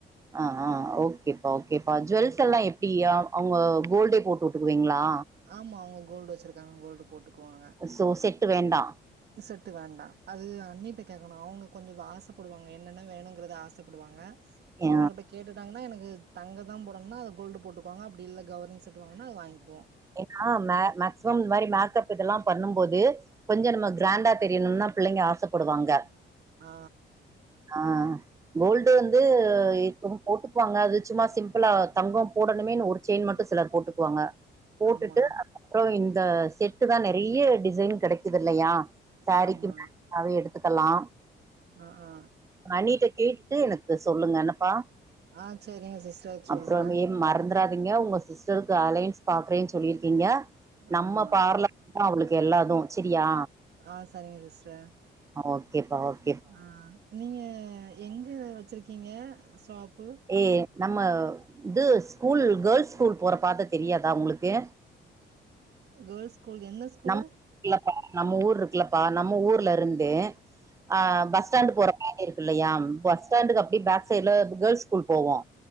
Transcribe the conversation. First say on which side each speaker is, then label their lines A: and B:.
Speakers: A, on the right (about 15°); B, on the right (about 55°).
A: ஆ ஆ ஓகேப்பா ஓகேப்பா, ஜுவல்ஸ் எல்லாம் எப்டியா. அவுங்க கோல்டே போட்டுவுட்டுக்குவீங்ளா.
B: ஆமா அவுங்க கோல்டு வச்சுருக்காங்க, கோல்டு போட்டு க்குவாங்க,
A: சோ செட்டு வேண்டா
B: செட்டு வேண்டா அது அண்ணிட்ட அது கேக்கணும் அவுங்க கொஞ்சோ ஆசப்படுவாங்க. என்னென்ன வேணுங்கறத ஆசப்படுவாங்க.
A: ஆ
B: அவுங்கட்ட கேட்டுட்டாங்கன்னா எனக்கு தங்க தா போடுனும்னா, அது கோல்டு போட்டுக்குவாங்க. அப்டி இல்ல கவரிங் செ ட்டு வாங்கன்னா வாய்ங்குவோ
A: ஏன்னா மே மேக்சிமம் இந்த மாரி மேக்கப் இதெல்லாம் பண்ணும் போது, கொஞ்சோ நம்ம கிராண்டா தெரியணும்னா, பிள்ளைங்க ஆசைப்படுவாங்க.
B: ஆ
A: ஆ கோல்டு வந்து இப்பவும் போட்டுக்குவாங்க. அது சும்மா சிம்பிளா தங்கம் போடணுமேன் ஒரு செயின் மட்டும் சிலர் போட்டுக்குவாங்க, போட்டுட்டு
B: ஆமா
A: அப்புறோ இந்த செட்டு தான் நெறைய டிசைன் கெடைக்குதுல்லையா சாரிக்கு
B: ஆமா
A: மேட்சா அதை எடுத்துக்கல்லா
B: ஆ ஆ
A: உங்க அண்ணிட்ட கேட்டு, எனக்கு சொல்லுங்க என்னப்பா.
B: ஆ செரிங்க சிஸ்டர் சொல்றே
A: அப்றமே மறந்துறா திங்க, உங்க சிஸ்டருக்கு அலையன்சு பாக்கறேன்னு சொல்லியிருக்கீங்க. நம்ம
B: ஆமா
A: பார்லர் தா அவுங்களுக்கு எல்லாதும் சரியா.
B: ஆ சரிங்க சிஸ்டர்.
A: ஆ ஓகேப்பா ஓகே
B: ஆ நீங்க எங்க வச்சிருக்கீங்க ஷாப்பு.
A: ஏ நம்ம இது ஸ்கூல் கேள்ஸ் ஸ்கூல் போற பாத தெரியாதா உங்களுக்கு.
B: கேள்ஸ் ஸ்கூல் என்ன ஸ்கூலு
A: நம் இருக்கலப்பா, நம்ம ஊர் இருக்குலப்பா நம்ம ஊர்ல இருந்து ஆ பஸ் ஸ்டாண்டு போற பாத இருக்குல்லையா, பஸ் ஸ்டாண்டுக்கு அப்டியே பேக் சைடு்ல கேர்ள்ஸ் ஸ்கூல் போவோ